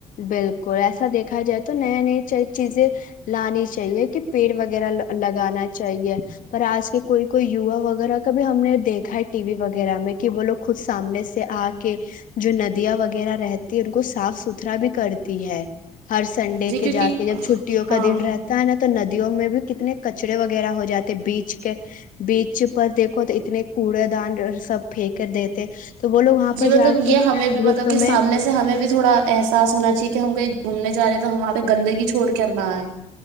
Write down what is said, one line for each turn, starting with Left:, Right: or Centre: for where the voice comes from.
Left: بالکل ایسا دیکھا جائے تو نئے نئی چیزیں لانی چاہیے کہ پیڑ وغیرہ لگانا چاہیے پر آج کے کوئی کوئی یوا وغیرہ کا بھی ہم نے دیکھا ہے ٹی وی وغیرہ میں کہ وہ لوگ خود سامنے سے آ کے جو ندیاں وغیرہ رہتی ان کو صاف ست ترا بھی کرتی ہے <unintelligible> ہر سنڈے
Right: جی
Left: کے
Right: کیونکہ
Left: جا کے جب چھٹیوں کا
Right: ہاں
Left: دن رہتا ہے نا تو ند <unintelligible> نی میں بھی کتنے کچرے وغیرہ ہو جاتے بیچ کے بیچ پر دیکھو تو اتنے کوڑے دان سب پھینک دیتے <unintelligible>
Right: جی
Left: پر
Right: مطلب
Left: جا کے
Right: یہ ہمیں
Left: نا
Right: بھی
Left: گروپ
Right: مطلب
Left: میں
Right: سامنے سے ہمیں بھی تھوڑا ایسا ساس ہونا چاہیے کہ ہم کہیں گھومنے جا رہے ہیں تو ہم وہاں پہ گندگی چھوڑ کر نہ آئے